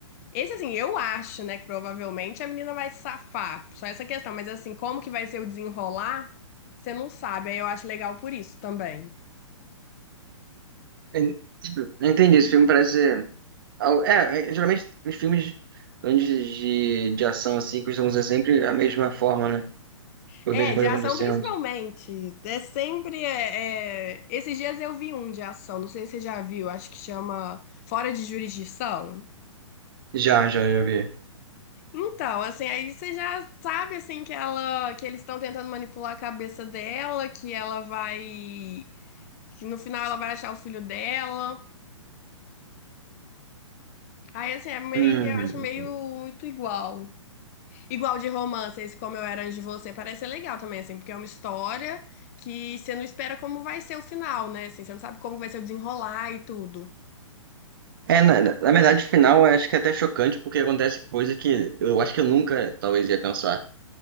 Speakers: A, on the left (about 30°); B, on the right (about 40°).
A: Esse assim, eu acho, né, que provavelmente a menina vai se safar. Só essa questão, mas assim, como que vai ser o desenrolar, você não sabe. Aí eu acho legal por isso também.
B: en- Entendi, esse filme parece. al- É, é, geralmente os filmes grandes de, de ação assim costumam ser sempre a mesma forma, né? A
A: É,
B: mesma
A: de
B: coisa
A: ação
B: acontecendo.
A: principalmente. É sempre. é, é, Esses dias eu vi um de ação, não sei se você já viu, acho que chama Fora de Jurisdição.
B: Já, já, já vi.
A: Então, assim, aí você já sabe assim que ela, que eles estão tentando manipular a cabeça dela, que ela vai, que no final ela vai achar o filho dela. Aí assim, é meio,
B: Hum.
A: eu acho meio muito igual. Igual de romance, esse Como Eu Era Antes de Você, parece ser legal também, assim, porque é uma história que você não espera como vai ser o final, né? Assim, você não sabe como vai ser o desenrolar e tudo.
B: É, na, na na verdade, o final eu acho que é até chocante, porque acontece coisa que eu acho que eu nunca talvez ia pensar.